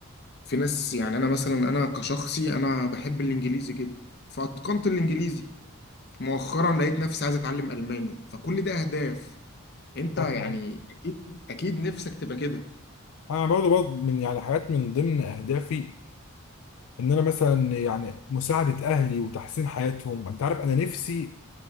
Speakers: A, on the left; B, on the left.
A: في ناس يعني انا مثلا انا كشخصي انا بحب الانجليزي جدا فاتقنت الانجليزي مؤخرا لقيت نفسي عايز اتعلم الماني فكل ده اهداف انت
B: اه
A: يعني
B: فاهم
A: اكيد اكيد نفسك تبقى كده
B: انا برضو برضو من يعني حاجات من ضمن اهدافي ان انا مثلا يعني مساعده اهلي وتحسين حياتهم انت عارف انا نفسي